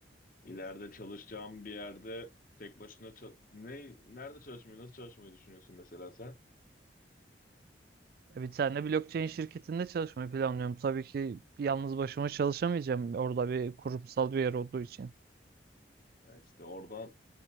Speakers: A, on the left (about 50°); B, on the right (about 55°).
A: ileride çalışacağım bir yerde tek başına ça- ne nerede çalışmayı, nasıl çalışmayı düşünüyorsun mesela sen?
B: Ya Bir tane blockchain şirketinde çalışmayı planlıyorum. Tabii ki yalnız başıma çalışamayacağım orada bir kurumsal bir yer olduğu için.
A: Ya işte oradan